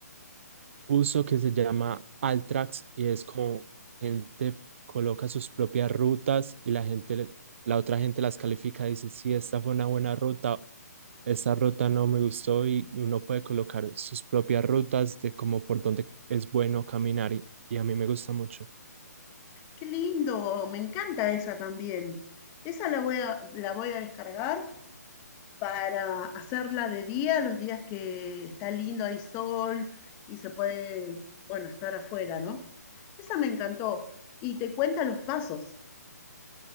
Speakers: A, on the right (about 45°); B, on the left (about 20°).
A: uso que se llama Altrax y es como gente coloca sus propias rutas y la gente, la otra gente las califica y dice, sí, esta fue una buena ruta, esta ruta no me gustó y uno puede colocar sus propias rutas de como por dónde es bueno caminar y, y a mí me gusta mucho.
B: Qué lindo, me encanta esa también. Esa la voy a, la voy a descargar para hacerla de día, los días que está lindo, hay sol y se puede, bueno, estar afuera, ¿no? Esa me encantó. Y te cuenta los pasos.